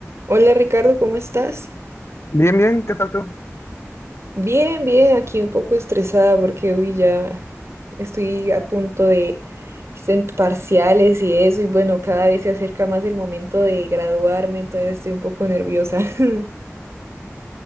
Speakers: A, on the right; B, on the left.
A: Hola Ricardo, ¿cómo estás?
B: Bien, bien, ¿qué tal tú?
A: Bien, bien, aquí un poco estresada porque hoy ya estoy a punto de sent- parciales y eso, y bueno, cada vez se acerca más el momento de graduarme, entonces estoy un poco nerviosa. <laughs>